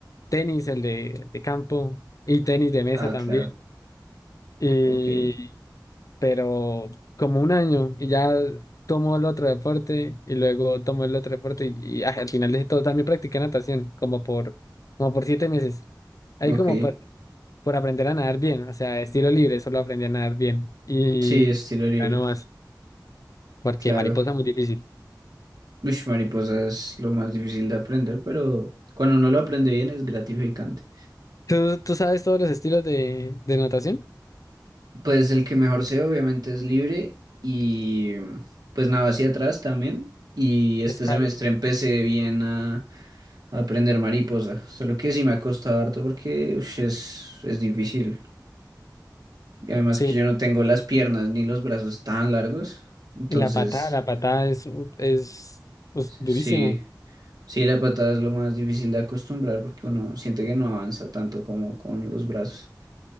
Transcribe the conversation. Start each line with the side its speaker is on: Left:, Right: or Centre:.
Left: tenis, el de, de campo y tenis de mesa
Right: Ah,
Left: también.
Right: claro.
Left: Y,
Right: Ok,
Left: pero como un año y ya tomo el otro deporte y luego tomo el otro deporte y, y, ah, al final de todo también practiqué natación como por, como por siete meses. Ahí
Right: ok.
Left: como por, por aprender a nadar bien, o sea, estilo libre, solo aprendí a nadar bien y
Right: Sí, estilo libre,
Left: ya no más, porque
Right: claro.
Left: mariposa muy difícil.
Right: Uy, mariposa es lo más difícil de aprender, pero cuando uno lo aprende bien es gratificante.
Left: ¿Tú, tú sabes todos los estilos de, de natación?
Right: Pues el que mejor sé obviamente es libre y pues nada hacia atrás también. Y este
Left: Espalda.
Right: semestre empecé bien a aprender mariposa. Solo que sí me ha costado harto porque ush, es, es difícil. Y además
Left: Sí,
Right: que yo no tengo las piernas ni los brazos tan largos. Entonces,
Left: Y La patada, la patada es, es pues, durísimo.
Right: sí, sí, la patada es lo más difícil de acostumbrar porque uno siente que no avanza tanto como con los brazos.